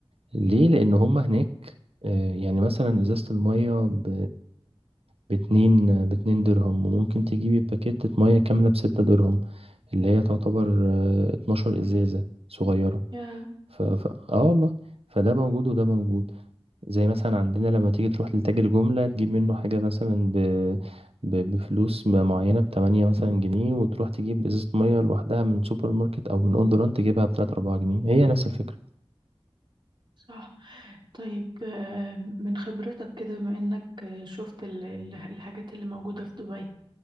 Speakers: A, on the right; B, on the right.
A: ليه لان هم هناك آه، يعني مثلا ازازة المية ب باتنين باتنين درهم وممكن تجيبي باكيتة مية كاملة بستة درهم اللي هي تعتبر آه، 12 ازازة صغيرة
B: يا
A: ف... ف... اه والله فده موجود وده موجود زي مثلا عندنا لما تيجي تروح لتاجر جملة تجيب منه حاجة مثلا ب... ب... بفلوس معينة بتمانية مثلا جنيه وتروح تجيب ازازة مية لوحدها من سوبر ماركت او من اون دوران تجيبها بتلاتة اربعة جنيه هي نفس الفكرة
B: صح طيب آه، من خبرتك كده بما إنك آه، شفت ال- ال- الحاجات اللي موجودة في دبي